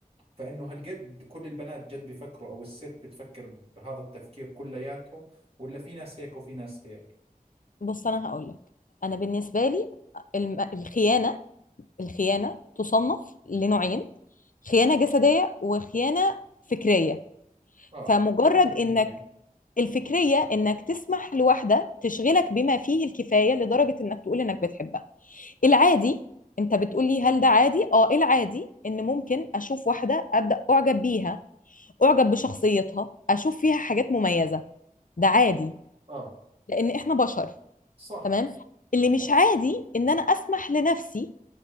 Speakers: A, on the right; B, on the left.
A: فانه هالقد كل البنات جد بيفكروا او الست بتفكر بهذا التفكير كلياتهم ولا في ناس هيك وفي ناس هيك
B: بص انا هقول لك انا بالنسبه لي الم- الخيانه الخيانه تصنف لنوعين خيانه جسديه وخيانه فكريه
A: اه
B: فمجرد
A: شو الفكرية
B: انك الفكرية إنك تسمح لواحدة تشغلك بما فيه الكفاية لدرجة إنك تقول إنك بتحبها العادي أنت بتقولي هل ده عادي؟ آه العادي إن ممكن أشوف واحدة أبدأ أعجب بيها أعجب بشخصيتها أشوف فيها حاجات مميزة ده عادي
A: اه
B: لأن إحنا بشر
A: صح
B: تمام؟ اللي مش عادي إن أنا أسمح لنفسي